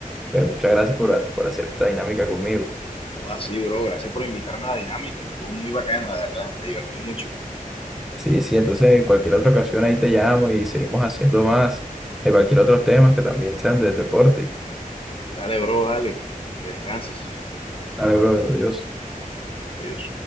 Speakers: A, in the centre; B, on the left (about 40°).
A: pues muchas gracias por, ha- por hacer esta dinámica conmigo.
B: Así, bro. Gracias por invitarme a la dinámica. Estuvo muy bacana, la verdad. Me divertí mucho.
A: Sí, sí, entonces en cualquier otra ocasión ahí te llamo y seguimos haciendo más de cualquier otro tema que también sean del deporte.
B: Dale, bro, dale. Que descanses.
A: Dale, bro, adiós.
B: Adiós.